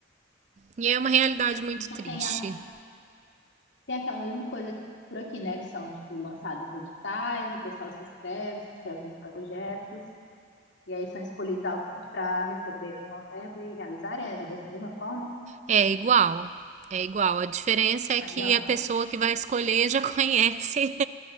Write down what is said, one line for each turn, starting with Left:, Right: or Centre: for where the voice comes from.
Right: E é uma realidade muito
Left: Então
Right: triste.
Left: tem, a, tem aquela mesma coisa que- por aqui, né? Que são, tipo, lançados editais, o pessoal se inscreve, se inscreve seus projetos, e aí são escolhidos alguns para receberem uma verba e realizarem. É dessa mesma forma?
Right: É igual, é igual. A diferença é
Left: Legal.
Right: que a pessoa que vai escolher já conhece